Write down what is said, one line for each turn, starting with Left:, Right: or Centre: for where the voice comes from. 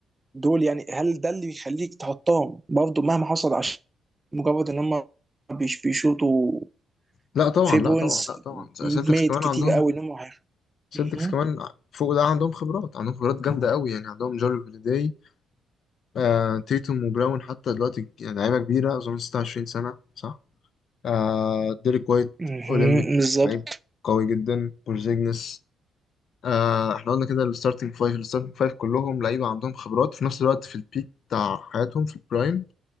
Right: دول يعني هل ده اللي يخليك تحطهم برضه مهما حصل عشان مجرد ان هم بيش- بيشوطوا
Left: لا طبعا
Right: في بوينتس
Left: لا طبعا لا طبعا سيلتكس
Right: ميد
Left: كمان
Right: كتير
Left: عندهم
Right: قوي ان هم هيخ-
Left: سيلتكس
Right: مهم.
Left: كمان فوق ده عندهم خبرات عندهم خبرات جامده قوي يعني عندهم جاري هوليداي آه تيتوم وبراون حتى دلوقتي يعني لعيبة كبيرة أظن 26 سنة صح؟ آه ديريك وايت
Right: مهم.
Left: أولمبيكس
Right: بالظبط
Left: لعيب قوي جدا بورزيجنس آه احنا قلنا كده الستارتنج فايف الستارتنج فايف كلهم لعيبة عندهم خبرات في نفس الوقت في البيك بتاع حياتهم في البرايم